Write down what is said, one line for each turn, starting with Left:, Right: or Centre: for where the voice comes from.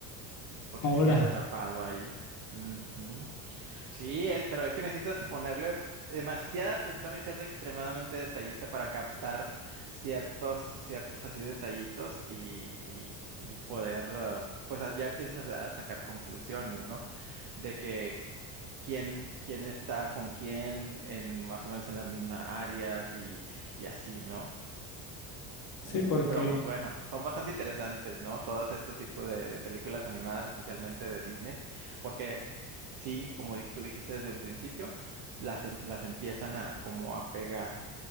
Right: porque
Left: Ahora.
Right: se queda atrapado ahí. Ujú. Sí, eh, pero es que necesitas ponerle demasiada atención y ser extremadamente detallista para captar ciertos, ciertos así detallitos y, y- y poder, eh, pues a- ya empiezas a, a sacar conclusiones, ¿no? De que quién, quién está con quién en más o menos en las mismas áreas y, y así, ¿no?
Left: Sí,
Right: Eh,
Left: porque
Right: sí, pero pues bueno, son bastante interesantes, ¿no? Todos estos tipos de, de películas animadas, especialmente de Disney, porque sí, como di- tú dijiste desde un principio, las, em- las empiezan a como a pegar,